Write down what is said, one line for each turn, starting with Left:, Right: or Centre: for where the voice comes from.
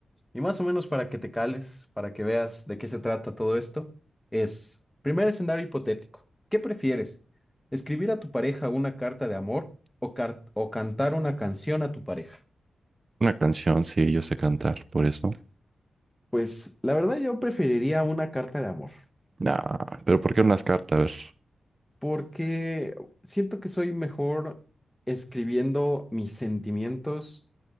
Centre: Y más o menos para que te cales, para que veas de qué se trata todo esto, es, primer escenario hipotético, ¿qué prefieres? ¿Escribir a tu pareja una carta de amor o, car- o cantar una canción a tu pareja?
Right: Una canción, sí, yo sé cantar, por eso.
Centre: Pues la verdad yo preferiría una carta de amor,
Right: Nah, pero ¿por qué unas cartas? A ver.
Centre: porque siento que soy mejor escribiendo mis sentimientos